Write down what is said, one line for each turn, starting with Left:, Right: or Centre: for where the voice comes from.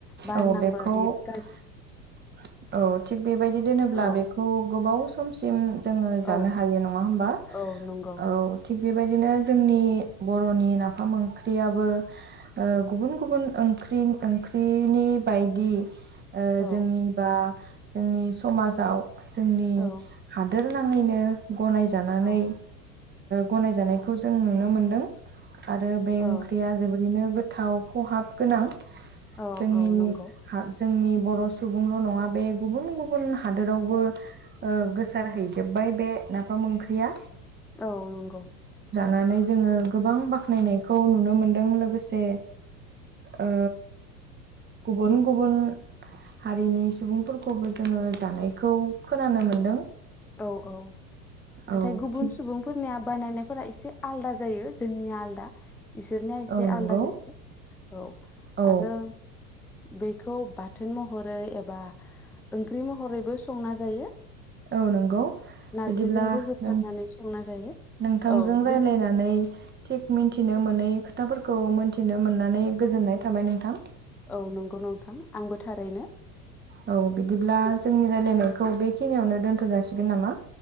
Centre: बार
Right: औ
Centre: नांबा
Right: बेखौ
Centre: बेयो
Right: औ थिग बेबायदि दोनोब्ला
Centre: औ
Right: बेखौ गोबाव सम सेम जोङो जानो
Centre: औ
Right: हायो नङा होम बा
Centre: औ नंगौ
Right: औ थिख बेबायदिनो जोंनि बरनि नाफाम ओंख्रियाबो ओ गुबुन गुबुन ओंख्रि ओंख्रिनि बायदि ओं
Centre: औ
Right: जोंनि बा जोंनि समाजाव जोंनि
Centre: औ
Right: हादोद होननाङैनो गनायजानानै
Centre: औ
Right: गनायजानायखौ जों नुनो मोनदों। आरो बे
Centre: औ
Right: ओंख्रिया जोबोरैनो गोथाव। खहाब गोनां।
Centre: औ
Right: जोंनि
Centre: औ नंगौ
Right: हा जोंनि बर' सुबुंल' नङा बे गुबुन गुबुन हादोरावबो ओ गोसारहैजोबबाय बे नाफाम ओंख्रिया।
Centre: औ नंगौ।
Right: नानै जोङो गोबां बाख्नायनायखौ नुनो मोन्दों लोगोसे ओ गुबुन गुबुन हारिनि सुबुंफोरखौबो जोङो जानायखौ खोनानो मोनदों।
Centre: औ औ नाथाय
Right: औ
Centre: गुबुन
Right: थिग
Centre: सुबुंफोरनिया बानायनाय फोरा एसे आलदा जायो जोंनिया आलदा इसोरनिया एसे
Right: औ नंगौ
Centre: आलदा जायो औ
Right: औ
Centre: आरो बेखौ बाथोन महरै एबा ओंख्रि महरैबो संना जायो।
Right: औ नंगौ
Centre: नारजिजोंबो
Right: बिदिब्ला
Centre: होफानानै
Right: नों
Centre: संना जायो
Right: नोंथांजों
Centre: औ जों
Right: राय्लायनानै थिग मिथिनो मोनै खोथाफोरखौ मोनथिनो मोननानै गोजोननाय थाबाय नोंथां।
Centre: औ नंगौ नोंथां आंबो थारैनो।
Right: औ बिदिब्ला
Centre: बिदि
Right: जोंनि रायलायनायखौ बे खिनियावनो दोन्थ जासिगोन नामा?